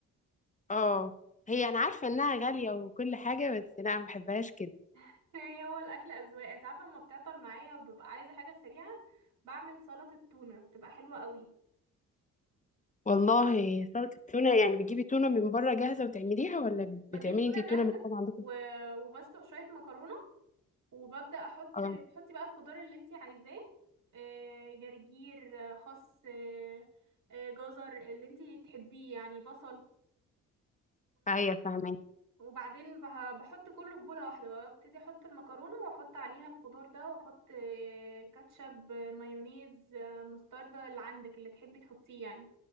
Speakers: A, on the left; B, on the right.
A: اه هي انا عارفه انها غاليه وكل حاجه بس لا ما بحبهاش كده
B: <laughs> هي هو الاكل اذواق انت عارفة لما بتعطل معايا وببقى عايزة حاجة سريعة بعمل سلطة تونة بتبقى حلوة قوي
A: والله سلطه التونه يعني بتجيبي تونه من بره جاهزه وتعمليها ولا
B: بجيب
A: بتعملي
B: تونة
A: انت التونه
B: جاهزة
A: من الحاجه عندكم
B: و... وبسلق شوية مكرونة وببدأ احط
A: اه
B: تحطي بقى الخضار اللي انت عايزاه آه، جرجير آه، خس آه، آه، جزر اللي انت تحبيه يعني بصل
A: ايوه فاهمه
B: وبعدين بح- بحط كله في بولة واحدة بقى ببتدي احط المكرونة واحط عليها الخضار ده واحط آه، كاتشب آه، مايونيز آه، مستردة اللي عندك اللي تحبي تحطيه يعني